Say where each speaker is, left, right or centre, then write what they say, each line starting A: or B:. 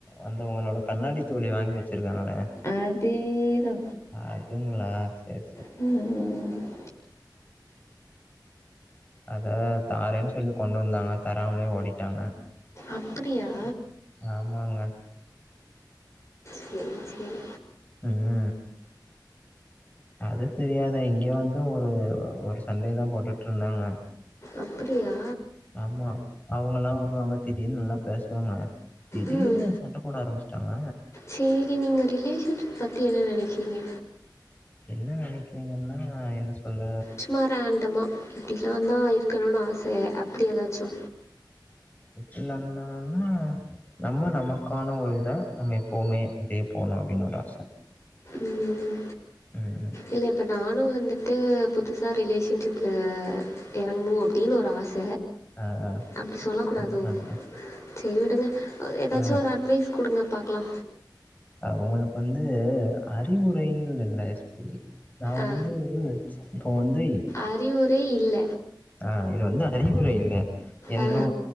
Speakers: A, on the left; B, on the left.
A: அந்த உங்களோட கண்ணாடி தோழி வாங்கி வச்சுருக்காங்களே
B: அதேதா
A: அதுங்களா சேர் சேர்
B: ம் ம் ம்
A: அத தாரன்னு சொல்லி கொண்டு வந்தாங்க தராமலே ஓடிட்டாங்க
B: அப்டியா
A: ஆமாங்க
B: சேரி செரி
A: ம் அது தெரியாத இங்க வந்து ஒரு ஒரு சண்டே தா போட்டுட்ருந்தாங்க
B: அப்டியா
A: ஆமா அவங்கல்லா வருவாங்க திடீர்னு நல்லா பேசுவாங்க திடீர்னு
B: ம்
A: சண்ட போட ஆரமிச்சட்டாங்க
B: சரி நீங்க ரிலேஷன்ஷிப் பத்தி என்ன நெனைக்கிறீங்க
A: என்ன நெனைக்கிறீங்கன்னா என்ன சொல்ல
B: சும்மா ரேண்டமா இப்படிலா தா இருக்கணும்னு ஆச அப்டி ஏதாச்சு
A: எப்பிலா இருந்தானா நம்ம நமக்கான ஒரு இதா நம்ம எப்பவுமே அப்டியே போகன்னு அப்படின்னு ஒரு ஆச
B: ம்
A: ம் ம்
B: இல்லப்பண்ண நானும் வந்துட்டு புதுசா ரிலேஷன்ஷிப்பில் இறங்கணு அப்டின்னு ஒரு ஆச
A: ஆ ஆ
B: அப்டி சொல்ல கூடாதோ
A: அதனால
B: சரி விடுங்க ஏதாச்சும்
A: ஆ
B: ஒரு அட்வைஸ் கொடுங்க பாக்கலா
A: உங்களுக்கு வந்து அறிவுரைன்னு இல்ல எஸ்பி நா
B: ஆ
A: வந்து இப்ப வந்து
B: அறிவுரை இல்ல
A: ஆஹ் இது வந்து அறிவுரை இல்ல என்னோ
B: ஆ